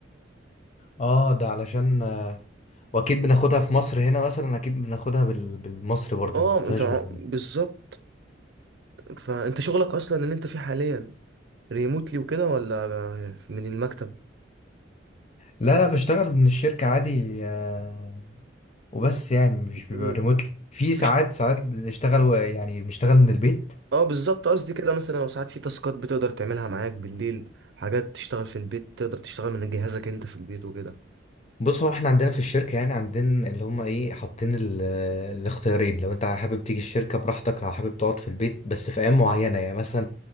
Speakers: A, on the left; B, on the right.
A: اه ده علشان آه، واكيد بناخدها في مصر هنا مثلا اكيد بناخدها بال... بالمصري برضه
B: اه
A: ما بناخدهاش
B: أنت مع-
A: بال
B: بالظبط فأنت شغلك أصلا اللي أنت فيه حاليا ريموتلي وكده ولا من المكتب؟
A: لا لا بشتغل من الشركة عادي آه وبس يعني مش بيبقى
B: مم.
A: ريموتلي في
B: مفيش
A: ساعات ساعات بنشتغل و- يعني بنشتغل من البيت
B: اه بالظبط قصدي كده مثلا لو ساعات في تاسكات بتقدر تعملها معاك بالليل حاجات تشتغل في البيت تقدر تشتغل من جهازك انت في البيت وكده
A: بص هو احنا عندنا في الشركة يعني عندنا اللي هم ايه حاطين ال- الاختيارين لو انت حابب تيجي الشركة براحتك لو حابب تقعد في البيت بس في ايام معينة يعني مثلا